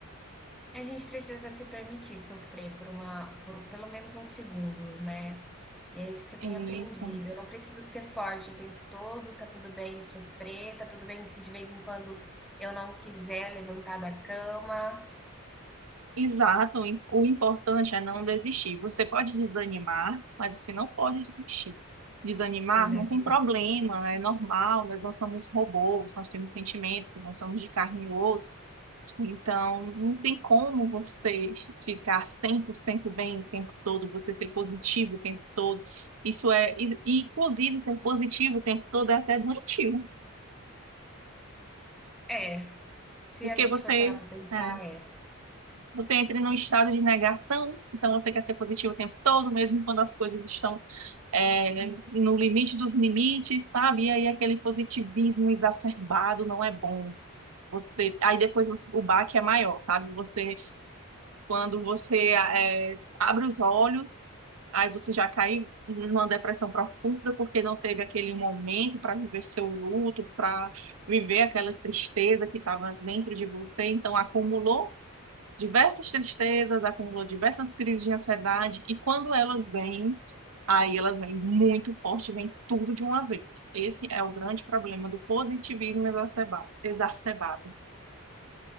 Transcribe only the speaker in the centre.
A gente precisa se permitir sofrer por uma, por pelo menos uns segundos, né? E é isso que eu
tenho aprendido.
Eu não preciso ser forte o tempo todo, tá tudo bem sofrer, tá tudo bem se de vez em quando eu não quiser levantar da cama.
Exatamente.
É, se
a gente
for parar para pensar,
é.